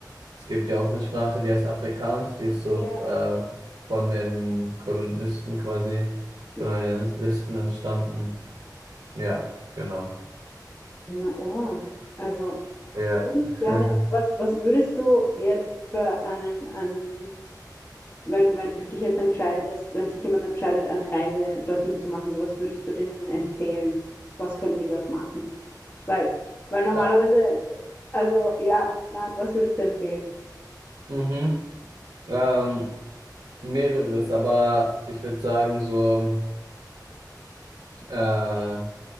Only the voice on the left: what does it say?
Ja,
ja.
Na, org. Also
würde ich
gerne, was, was würdest du jetzt für einen, einen wenn, wenn du dich jetzt entscheidest, wenn sich jemand entscheidet, eine Reise dorthin zu machen, was würdest du denen empfehlen? Was können die dort machen? Weil, weil normalerweise,
also ja, nein, was würdest du empfehlen?